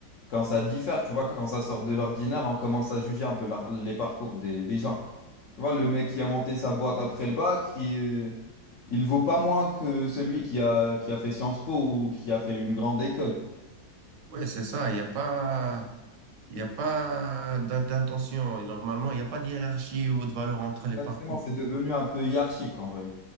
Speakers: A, on the left; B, on the right.
A: quand ça diffère, tu vois, quand ça sort de l'ordinaire, on commence à juger un peu la- les parcours des des gens. Tu vois, le mec qui a monté sa boîte après le bac, il, euh, il vaut pas moins que celui qui a, qui a fait Sciences Po ou qui a fait une grande école.
B: Oui, c'est ça. Il n'y a pas, il y a pas d'in- d'intention. Et normalement, il n'y a pas de hiérarchie ou de valeur entre les
A: Exactement,
B: parcours.
A: c'est devenu un peu hiérarchique en vrai.